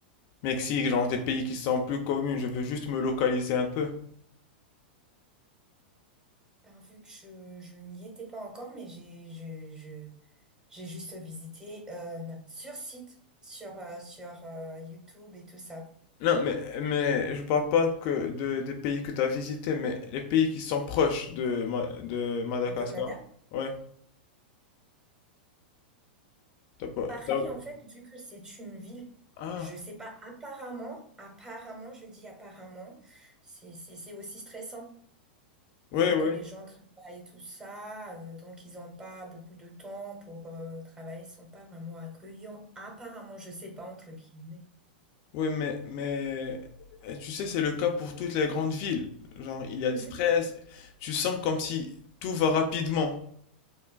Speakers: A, on the left; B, on the right.
A: Mexique, genre des pays qui sont plus connus, je veux juste me localiser un peu.
B: Ben, vu que je, je n'y étais pas encore, mais j'ai, je, je- j'ai juste visité euh, non, sur site, sur, euh, sur euh, YouTube et tout ça.
A: Non, mais, mais je parle pas que de, des pays que tu as visités, mais les pays qui sont proches de, Ma- de Madagascar.
B: Domada?
A: Ouais, t'as pas,
B: Paris,
A: t'as-
B: en fait, vu que c'est une ville,
A: Ah,
B: je sais pas, apparemment, apparemment, je dis apparemment, c'est, c'est, c'est aussi stressant,
A: ouais,
B: vu
A: ouais.
B: que les gens travaillent et tout ça, euh, donc ils n'ont pas beaucoup de temps pour euh, travailler, ils sont pas vraiment accueillants, apparemment, je sais pas, entre guillemets.
A: Oui, mais, mais euh, tu sais, c'est le cas pour toutes les grandes villes. Genre, il y a
B: Mhm,
A: du stress. Tu sens comme si tout va rapidement.